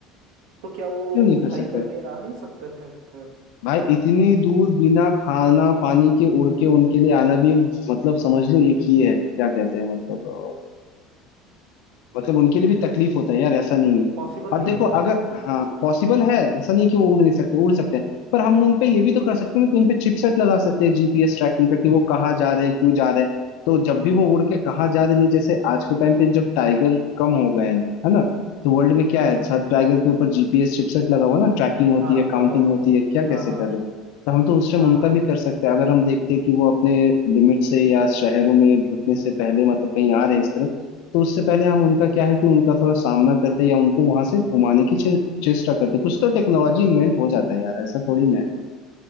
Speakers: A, on the right (about 80°); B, on the left (about 75°).
A: तो क्या वो
B: क्यों नहीं कर
A: फ्लाई
B: सकते
A: करके आ नहीं सकते थे फिर
B: भाई इतनी दूर बिना खाना पानी के उड़ के उनके लिए आना भी एक मतलब समझ लो एक ही है क्या कहते हैं मतलब मतलब उनके लिए भी तकलीफ होता है यार ऐसा नहीं है
A: पॉसिबल
B: और
A: नहीं
B: देखो
A: है
B: अगर हाँ पॉसिबल है ऐसा नहीं है कि वो उड़ नहीं सकते उड़ सकते हैं पर हम उनपे ये भी तो कर सकते हैं ना कि उनपे चिपसेट लगा सकते हैं जीपीएस ट्रैकिंग का कि वो कहाँ जा रहे हैं क्यों जा रहे हैं तो जब भी वो उड़ के कहाँ जा रहे हैं नहीं जैसे आज के टाइम पे जब टाइगर कम हो गए हैं है ना तो वर्ल्ड में क्या है
A: हम्म
B: सर
A: हम्म,
B: टाइगर के ऊपर जीपीएस चिपसेट लगा हुआ ना ट्रैकिंग होती
A: हाँ
B: है काउंटिंग
A: लगा हुआ
B: होती
A: है
B: है क्या
A: हाँ
B: कैसे
A: हाँ
B: कर रहे हैं तो हम तो उस टाइम
A: हाँ
B: उनका
A: हाँ
B: भी कर सकते हैं अगर हम देखते हैं कि वो अपने लिमिट से या शहरों में ढुकने से पहले मतलब कहीं आ रहे हैं इस तरफ तो उससे पहले हम उनका क्या है कि उनका थोड़ा सामना करते या उनको वहां से घुमाने की चे- चेष्टा करते कुछ तो टेक्नोलॉजी इन्वेंट हो जाता है यार ऐसा थोड़ी ना है।